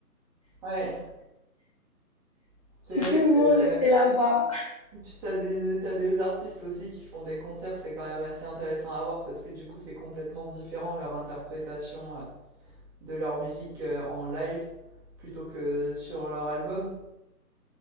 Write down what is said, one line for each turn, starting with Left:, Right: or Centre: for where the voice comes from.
Centre: ouais. C'est
Left: si seulement
Centre: vrai que ouais.
Left: j'étais là-bas.
Centre: Puis t'as des, t'as des artistes aussi qui font des concerts, c'est quand même assez intéressant à voir parce que du coup c'est complètement différent leur interprétation euh, de leur musique euh, en live plutôt que sur leur album.